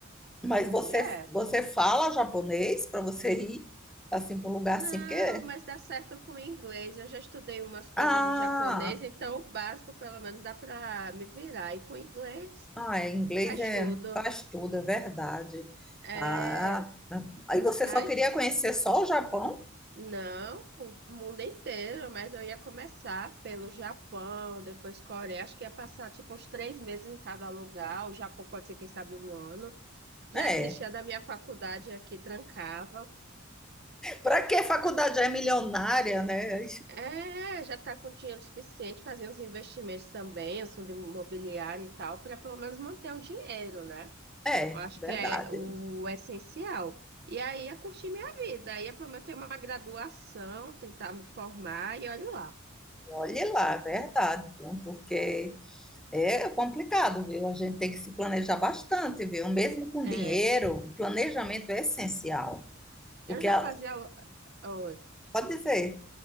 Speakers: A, in the centre; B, on the right (about 50°).
A: mas você,
B: E é.
A: você fala japonês para você ir assim para um lugar
B: Não,
A: assim, porque.
B: mas dá certo com o inglês. Eu já estudei umas coisas
A: Ah!
B: de japonês, então o básico, pelo menos, dá para me virar. E com o inglês,
A: Ah, é, inglês
B: faz
A: é,
B: tudo.
A: faz tudo, é verdade.
B: É.
A: Ah, aí você
B: Ai,
A: só queria conhecer só o Japão?
B: Não, o mundo inteiro, mas eu ia começar pelo Japão, depois Coreia. Acho que ia passar tipo uns três meses em cada lugar. O Japão pode ser, quem sabe, um ano. Já
A: É.
B: desistia da minha faculdade aqui, trancava.
A: Para que faculdade é milionária, né?
B: É, já tá com dinheiro suficiente, fazer uns investimentos também, os fundos imobiliários e tal, para pelo menos manter o dinheiro, né?
A: É,
B: Eu acho
A: verdade.
B: que é o essencial. E aí ia curtir minha vida, ia pelo menos ter uma graduação, tentar me formar e olha lá.
A: Olhe lá, é verdade, viu? Porque é complicado, viu? A gente tem que se planejar bastante, viu? Mesmo com
B: É,
A: dinheiro, o planejamento é essencial. Porque
B: Eu já
A: a-
B: fazia. lo- Oi.
A: pode dizer,